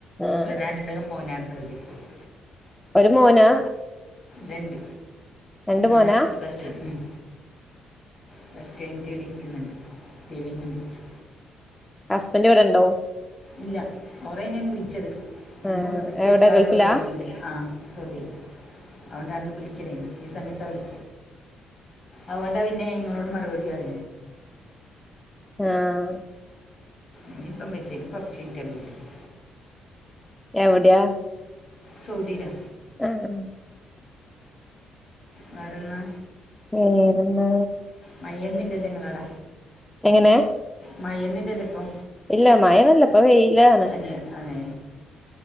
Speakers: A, in the centre; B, on the left (about 35°).
A: ആഹ്
B: എഴുതാനുണ്ടങ്കി മോനാവടെ ഇരുന്ന്‌ എഴുതിക്കോളും
A: ഒരു മോനാ
B: രണ്ട്.
A: രണ്ട്
B: ഒന്ന്
A: മോനാ
B: പ്ലസ് ടു ന്. ഉം. പ്ലസ് ടു കഴിഞ്ഞ്ട്ട് ഇവടെ ഇരിക്കുന്ന്ണ്ട്. ടി വിം കണ്ട് ഇരിക്ക്
A: ഹസ്ബന്റ ഇവടെണ്ടോ
B: ഇല്ല ഒറെയ്നൻ വിളിച്ചത്
A: ആഹ്
B: വിളിച്ചച്ച്
A: എവിടെ
B: വെച്ചാ
A: ഗൾഫിലാ
B: ആടറയ്യ <unintelligible> അവൻ അന്ന് വിളിക്കില്ലേന് ഈ സമയത്താ വിളി അതോണ്ടാ പിന്നെങ്ങളോട് മറുപടി പറ
A: ആഹ
B: ഇനി ഇപ്പോ വിളിച്ചില്ല ഇനി കൊറച് കഴിഞ്ഞ വിളിക്കു
A: എവിടെയാ
B: സൗധിലാ
A: ഏഹ്
B: വേറെന്താ
A: വേറെന്താ
B: മയെന്നും ഇല്ലല്ലോ നിങ്ങളവട
A: എങ്ങനെ
B: മയഒന്നും ഇല്ലലോ ഇപ്പൊ
A: ഇല്ല മഴ ഒന്നുല്ല ഇപ്പൊ വെയിലാണ്
B: എഹ അതെ